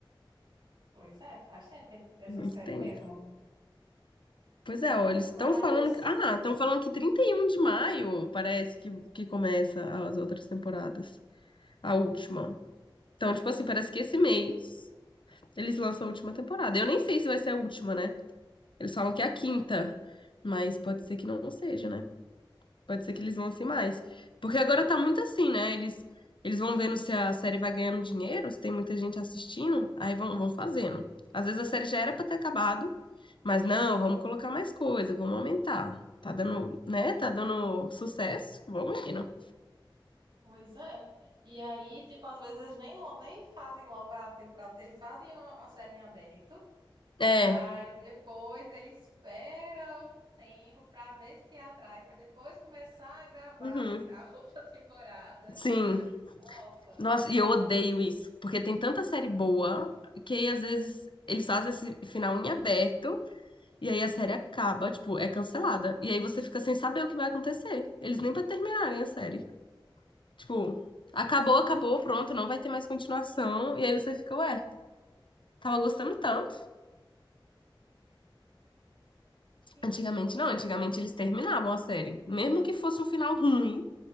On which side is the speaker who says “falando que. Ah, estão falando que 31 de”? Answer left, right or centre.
Left